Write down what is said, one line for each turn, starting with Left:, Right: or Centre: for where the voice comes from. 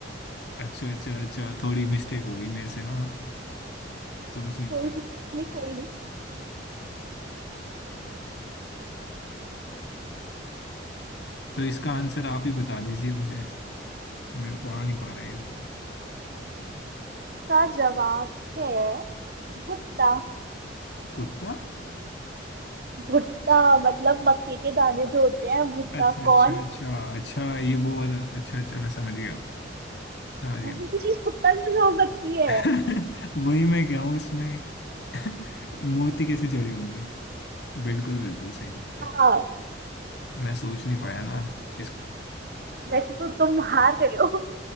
Left: अच्छा अच्छा अच्छा थोड़ी मिस्टेक हो गई मेरे से ना सोच नहीं
Right: कोई
Left: पाया
Right: नहीं कोई नहीं
Left: तो इसका आंसर आप ही बता दीजिए मुझे मेरे को आ नहीं पा रहा है ये तो।
Right: का जवाब है भुट्टा
Left: कुत्ता
Right: भुट्टा मतलब मक्के के दाने जो होते हैं भुट्टा
Left: अच्छा अच्छा
Right: कौन
Left: अच्छा अच्छा ये वो वाला अच्छा अच्छा मैं समझ गया समझ गया
Right: खाने की चीज भुट्टा कैसे हो सकती है
Left: <laughs> वही मैं क्या हूँ उसमें <laughs> मोती कैसे जड़े होंगे बिल्कुल बिल्कुल सही बात है
Right: हाँ
Left: मैं सोच नहीं पाया ना इसको
Right: वैसे तो तुम हार गए हो